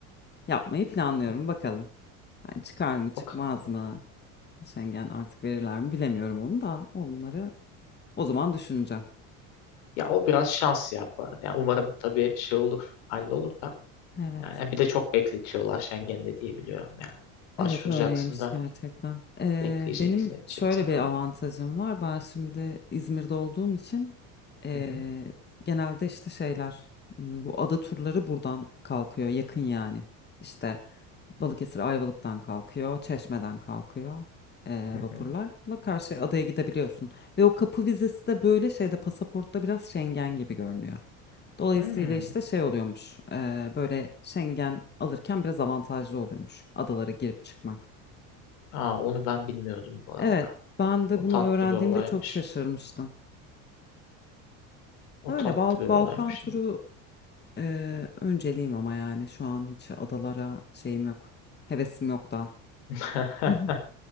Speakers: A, on the left; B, on the left.
A: yapmayı planlıyorum
B: hı.
A: bakalım. Hani çıkar mı çıkmaz
B: bakalım ya.
A: mı? Schengen artık verirler mi bilemiyorum onu da onları o zaman düşüneceğim.
B: Ya o biraz şans ya bu arada. Yani umarım tabii şey olur, hallolur da.
A: Evet.
B: Yani bir de çok bekletiyorlar Schengen'de diye biliyorum ya. Başvuracaksın
A: Evet öyleymiş
B: da
A: gerçekten. Ee,
B: bekleyeceksin,
A: benim
B: edeceksin
A: şöyle
B: falan.
A: bir avantajım var. Ben şimdi İzmir'de olduğum için ee,
B: Hı hı,
A: genelde işte şeyler m, bu ada turları buradan kalkıyor yakın yani. İşte Balıkesir Ayvalık'tan kalkıyor, Çeşme'den kalkıyor ee,
B: hı
A: vapurlarla
B: hı.
A: karşı adaya gidebiliyorsun. Ve o kapı vizesi de böyle şeyde pasaportta biraz Schengen gibi görünüyor. Dolayısıyla
B: Hmm.
A: işte şey oluyormuş, ee, böyle Schengen alırken biraz avantajlı oluyormuş adalara girip çıkmak.
B: Aa, onu ben bilmiyordum bu arada.
A: Evet, ben de
B: O
A: bunu
B: tatlı
A: öğrendiğimde
B: bir olaymış.
A: çok şaşırmıştım.
B: O
A: Öyle
B: tatlı
A: Bal
B: bir olaymış.
A: Balkan turu e, önceliğim ama yani şu an hiç adalara şeyim yok. Hevesim yok daha.
B: <laughs>
A: Hı hı,